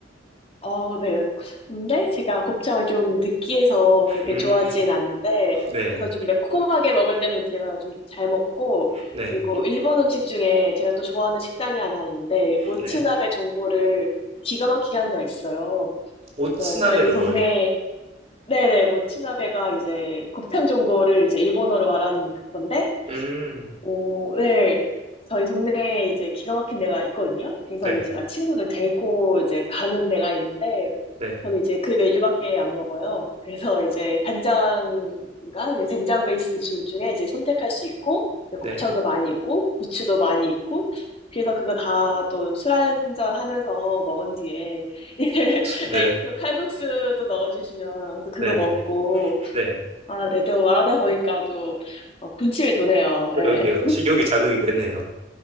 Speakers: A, on the left; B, on the right.
A: 어, 네. 근데 제가 곱창을 좀 느끼해서 그렇게
B: 음.
A: 좋아하진 않는데,
B: 네.
A: 그래서 좀 매콤하게 먹을 때는 제가 좀 잘 먹고,
B: 네.
A: 그리고 일본 음식 중에 제가 또 좋아하는 식당이 하나 있는데, 모츠나베
B: 네.
A: 전골을 기가 막히게 하는 데가 있어요.
B: 오츠나베가
A: 그래서 저희 동네,
B: 뭐예요?
A: 네네, 모츠나베가 이제 곱창 전골을 이제 일본어로 말한 건데,
B: 음,
A: 오, 네. 저희 동네에 이제 기가 막힌 데가 있거든요. 그래서
B: 네,
A: 이제 제가 친구들 데리고 이제 가는 데가 있는데,
B: 네,
A: 저는 이제 그 메뉴밖에 안 먹어요. 그래서 이제 간장과 이제 된장 베이스 줄 중에 이제 선택할 수 있고, 이제
B: 네,
A: 곱창도 많이 있고, 부추도 많이 있고, 그래서 그거 다 또 술 한잔 하면서 먹은 뒤에, <laughs> 이제,
B: 네,
A: 네, 또 칼국수도 넣어주시면 또 그거
B: 네,
A: 먹고,
B: 네.
A: 아, 네, 또 말하다 보니까 또 어, 군침이 도네요.
B: 그러게요.
A: 네.
B: 식욕이 자극이 되네요.